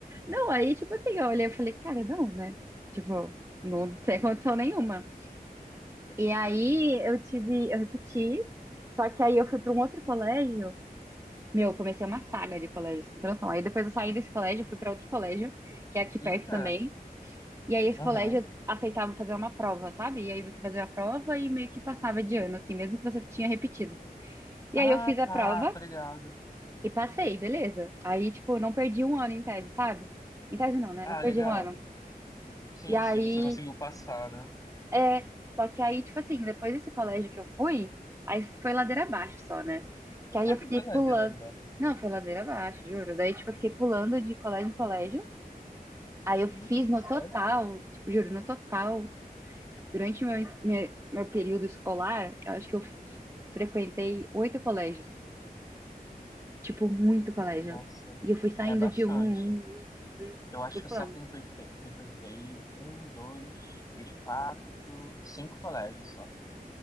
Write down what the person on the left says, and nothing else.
Eita.
Aham.
Ah,
tá,
tô ligado.
Ah,
legal.
Sim,
sim, você conseguiu passar, né?
<laughs>
Ladeira
abaixo.
Isso,
sério?
Nossa.
É bastante.
Eu acho
que
eu só frequentei, frequentei um, dois, três, quatro, cinco colégios só.